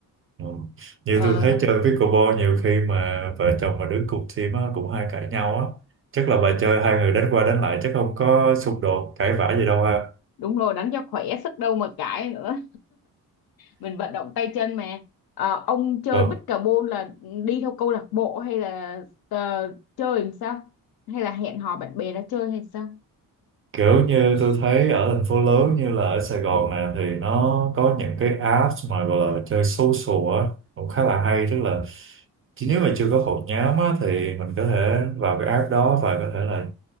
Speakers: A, on the right (about 35°); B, on the left (about 65°).
A: Ừ. Như
B: Ờ,
A: tôi thấy chơi pickleball nhiều khi mà vợ chồng mà đứng cùng team á, cũng hay cãi nhau á. Chắc là bà chơi hai người đánh qua đánh lại chắc không có xung đột, cãi vã gì đâu ha.
B: đúng rồi đánh cho khỏe sức đâu mà cãi nữa mình vận động tay chân mà Ờ, ông chơi
A: Vâng,
B: bích cà bôn là đi theo câu lạc bộ hay là ờ, chơi làm sao hay là hẹn hò bạn bè ra chơi hay sao
A: kiểu như tôi thấy ở thành phố lớn như là ở Sài Gòn này thì nó có những cái apps mà gọi là chơi social á, cũng khá là hay. Tức là chỉ nếu mà chưa có hội nhóm á, thì mình có thể vào cái app đó và có thể là